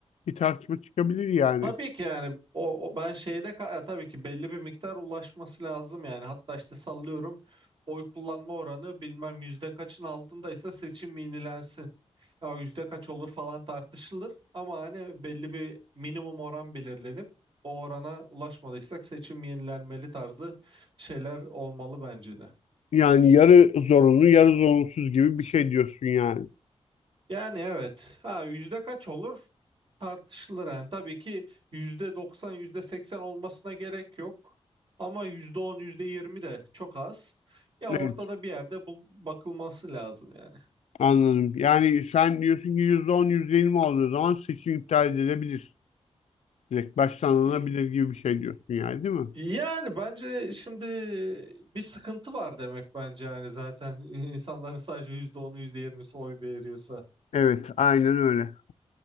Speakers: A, on the left; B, on the right.
A: bir tartışma çıkabilir yani.
B: Tabii ki yani o, o ben şeyde ka- e, tabii ki belli bir miktar ulaşması lazım yani hatta işte sallıyorum oy kullanma oranı bilmem yüzde kaçın altındaysa seçim yenilensin. Ya yüzde kaç olur falan tartışılır ama hani belli bir minimum oran belirlenip o orana ulaşmadıysak seçim yenilenmeli tarzı şeyler olmalı bence de.
A: Yani yarı zorunlu, yarı zorunsuz gibi bir şey diyorsun yani.
B: Yani evet. Ha yüzde kaç olur? Tartışılır yani. Tabii ki yüzde 90, yüzde 80 olmasına gerek yok. Ama yüzde 10, yüzde 20 de çok az. Ya
A: Evet,
B: ortada bir yerde bul- bakılması lazım yani.
A: anladım. Yani sen diyorsun ki yüzde on, yüzde %20 olduğu zaman seçim iptal edilebilir. Direkt baştan alınabilir
B: Y-
A: gibi bir şey diyorsun yani değil mi?
B: Yani bence şimdi bir sıkıntı var demek bence yani zaten <laughs> insanların sadece yüzde onu, yüzde yirmisi oy veriyorsa.
A: Evet, aynen öyle.